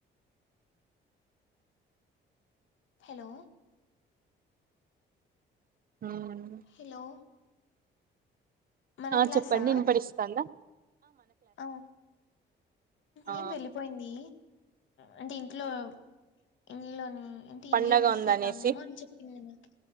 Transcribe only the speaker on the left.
హలో
హలో మన
క్లాసా
ఆ
ఏం వెళ్ళిపోయింది అంటే ఇంట్లో ఇంలోని అంటే
ఇంలోని మిస్
అవుతందేమో అని చెప్పింది నాకు